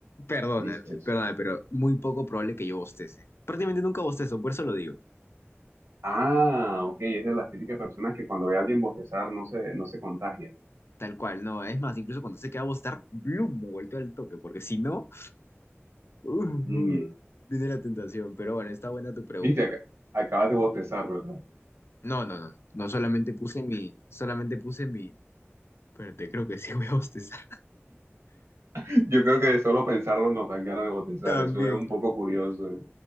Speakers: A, on the left; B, on the right.
A: Perdóname,
B: dices.
A: perdóname, pero muy poco probable que yo bostece. Prácticamente nunca bostezo, por eso lo digo.
B: Ah, ok, es de las típicas personas que cuando ve a alguien bostezar no se, no se contagia.
A: Tal cual, no, es más, incluso cuando sé que va a bostar, ¡blum! me volteo al toque, porque si no, uh, uh,
B: Mm.
A: viene la tentación. Pero bueno, está buena tu pregunta.
B: Viste, ac- acabas de bostezar, ¿verdad?
A: No, no, no, no, no, solamente puse mi, solamente puse mi, espérate, creo que sí voy a bostezar.
B: <laughs> Yo creo que de solo pensarlo nos dan ganas de bostezar,
A: <laughs> También.
B: eso es un poco curioso. ¿eh?